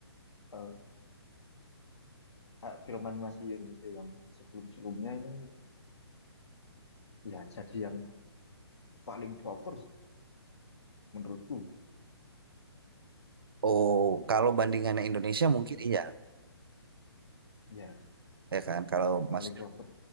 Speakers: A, on the left (about 80°); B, on the right (about 55°).
A: eh, eh, film animasi Indonesia yang sebelum-sebelumnya ini ya jadi yang paling proper sih menurutku
B: Oh, kalau bandingannya Indonesia
A: Kalau
B: mungkin
A: menurutku,
B: iya,
A: ya
B: ya kan? Kalau
A: paling
B: mas,
A: proper